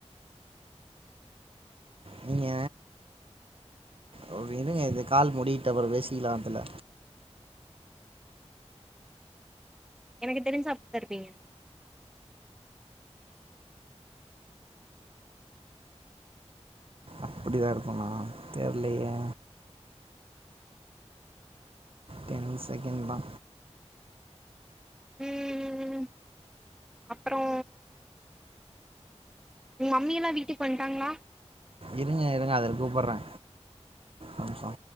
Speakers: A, on the right (about 55°); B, in the centre.
A: நீங்க ஓ விடுங்க இது கால் முடியட்டு அப்புற பேசிக்கலா அதுல
B: எனக்கு தெரிஞ்சு அப் தா இருப்பீங்க
A: அப்டியா இருப்பனா தெர்லையே டென் செகண்ட் தா
B: உம் அப்றோ உங் மம்மி எல்லா வீட்டுக்கு வன்டாங்ளா
A: இருங்க இருங்க அதில கூப்பற்றே‌ ஓர் நிம்ஷோ